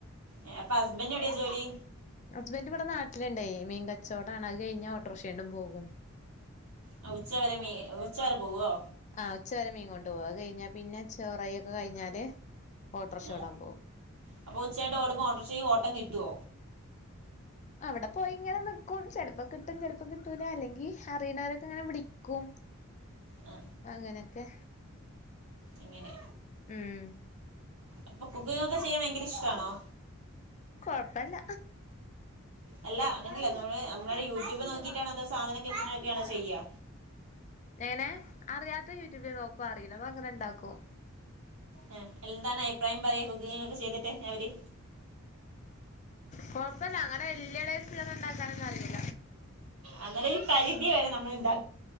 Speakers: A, on the right; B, on the left.
A: ഏ അപ്പം ഹസ്ബന്റെവടെ ജോലി
B: ഹസ്ബന്റ് ഇവിടെ നാട്ടില്ണ്ടേ മീൻ കച്ചോടാണ് അത് കയ്ഞ്ഞാ ഓട്ടോർഷോണ്ടും പോകും
A: അ ഉച്ചവെരെ മീ <unintelligible> ഉച്ചവെരെ പോവോ
B: ആ ഉച്ചവെരെ മീൻ കൊണ്ടോകും അത് കയ്ഞ്ഞാ പിന്നെ ചോറയ്യൊക്കെ കയ്ഞ്ഞാല് ഓട്ടർഷോടാൻ
A: ആ
B: പോം
A: അപ്പൊ ഉച്ചയ്ഞ്ഞിട്ടോടുമ്പൊ ഓട്ടർഷക്ക് ഓട്ടം കിട്ടോ
B: അവടെ പോയി ഇങ്ങനെ നിക്കും ചെൽപ്പ കിട്ടും ചെൽപ്പ കിട്ടൂല അല്ലെങ്കി അറിണോലൊക്കെ ഇങ്ങനെ വിളിക്കും
A: ആ
B: അങ്ങനെയൊക്കെ
A: എങ്ങനെ
B: ഉം
A: അപ്പൊ കുക്കിങൊക്കെ ചെയ്യാൻ ഭയങ്കര ഇഷ്ടാണോ
B: കൊഴപ്പല്ല
A: അല്ല അങ്ങനെയല്ല നമ്മ നമ്മള് യൂട്യൂബ് നോക്കിട്ടാണ് അതോ സാധനൊക്കെ ക്കങ്ങനെ ചെയ്യാ
B: എങ്ങനെ അറിയാത്തത് യൂട്യൂബില് നോക്കും അറിയണതങ്ങനെ ഇണ്ടാക്കും
A: ആ എന്താണ് അഭിപ്രായം പറയാ കുക്കിങൊക്കെ ചെയ്തിട്ട് അവര്
B: കൊഴപ്പല്ല അങ്ങനെ വെല്യ ടെസ്റ്റിലൊന്നും ണ്ടാക്കാനൊന്നറിയൂ
A: അന്നാലും ഈ പരിധി വരെ നമ്മള് ഇണ്ടാ